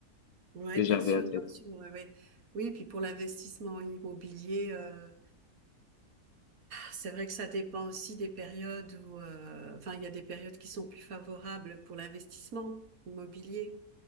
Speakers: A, on the right; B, on the left.
A: Oui,
B: que
A: bien
B: j'avais
A: sûr,
B: en tête.
A: bien sûr, ouais, ouais. Oui, puis pour l'investissement immobilier, euh, c'est vrai que ça dépend aussi des périodes où, euh, enfin, il y a des périodes qui sont plus favorables pour l'investissement immobilier.